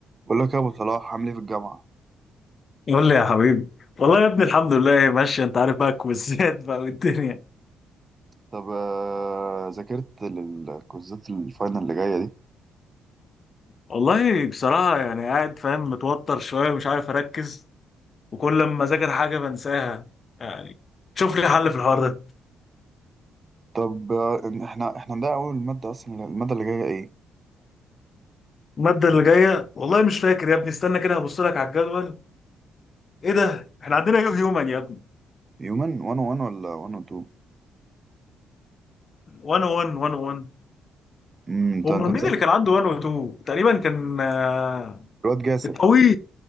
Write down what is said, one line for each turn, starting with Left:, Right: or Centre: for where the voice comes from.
Right: بقول لك يا ابو صلاح عامل ايه في الجامعه
Left: قول لي يا حبيبي والله يا ابني الحمد لله ماشي انت عارف بقى الكويزات بقى والدنيا
Right: طب آه، ذاكرت للكوزات الفاينل اللي جايه دي
Left: والله بصراحة يعني قاعد فاهم متوتر شوية ومش عارف أركز وكل لما أذاكر حاجة بنساها يعني شوف لي حل في الحوار ده
Right: طب آه، إن احنا احنا ده اول ماده اصلا الماده اللي جايه ايه
Left: المادة اللي جاية والله مش فاكر يا ابني استنى كده هبص لك على الجدول إيه ده احنا عندنا يو هيومن يا ابني
Right: هيومن 1 1 ولا 1 2
Left: 101 101
Right: امم انت
Left: امال
Right: انت مذاكر
Left: مين اللي كان عنده 102 تقريبا كان آه،
Right: الواد جاسر
Left: الطويل